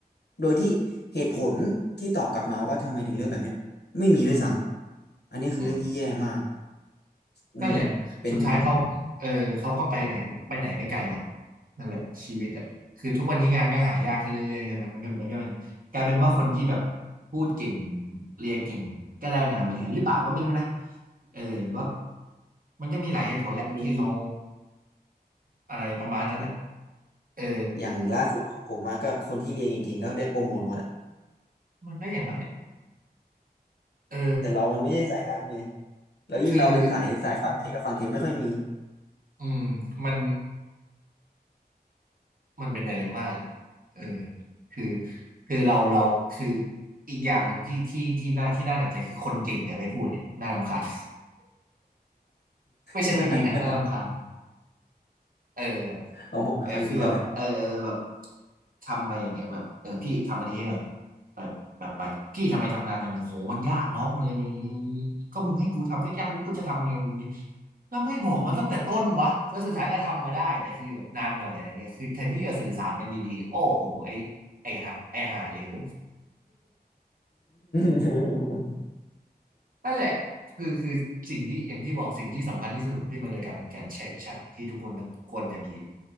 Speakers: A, on the left; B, on the right.
A: โดยที่เหตุผลที่ตอบกลับมาว่าทำไมถึงเลือกแบบเนี้ยไม่มีด้วยซ้ำอันนี้คือเรื่องที่แย่มาก
B: อืม
A: อืมเป็นเป็น
B: นั่นแหละสุดท้ายเขาเออเขาก็ไปไหนไปไหนไม่ไกลหรอกนั่นแหละชีวิตอ่ะคือทุกวันนี้งานก็หายากขึ้นเรื่อยๆใช่ไหมมันก็มันก็เป็นกลายเป็นว่าคนที่แบบพูดเก่งเรียนเก่งก็ได้งานไปแทนหรือเปล่าก็ไม่รู้นะเออหรือว่ามันก็มีหลายเหตุผลแหละที่เขา
A: มี
B: อะไรประมาณนั้นอ่ะ
A: ครับ
B: เออ
A: อย่างล่าสุดของผมอะก็คนที่เรียนเก่งๆก็ได้โปรโมทหมดอ่ะ
B: มันก็อย่างนั้นแหละเออ
A: <laughs> แต่เรามันไม่ใช่สายนั้นไงแล้วยิ่งเราเป็นสายสายฝั่งเทคกับฝั่งเทคไม่ค่อยมี
B: คืออืมมัน มันเป็นไดเลมม่าเลยเออคือคือเราเราคืออีกอย่างหนึ่งที่ที่ที่น่าที่น่าหนักใจคือคนเก่งเนี่ยไม่พูดเนี่ยน่ารำคาญ <laughs> ไม่ใช่ไม่ดีนะน่ารำคาญ
A: <laughs>
B: เออ
A: ของผมไม่ค่อยมีอะไร
B: เออคือแบบเออเออแบบทำไปอย่างเงี้ยแบบเออพี่ทำอันนี้ให้หน่อยแบบแบบไปพี่ทำไมทำนานจังเลยโหมันยากน้องมันเลยมีก็มึงให้กูทำยากๆมึงกูจะทำยังไงมึงแล้วไม่บอกมันตั้งแต่ต้นวะแล้วสุดท้ายก็ทำมาได้แต่คือแบบนานหน่อยอะไรเงี้ยคือแทนที่จะสื่อสารกันดีๆโอ้โหไอไอฮะไอหาเหลว
A: <laughs>
B: นั่นแหละคือคือสิ่งที่อย่างที่บอกสิ่งที่สำคัญที่สุดของพี่มันเลยกลายเป็นการแชร์วิชั่นที่ทุกคนต้องควรจะมี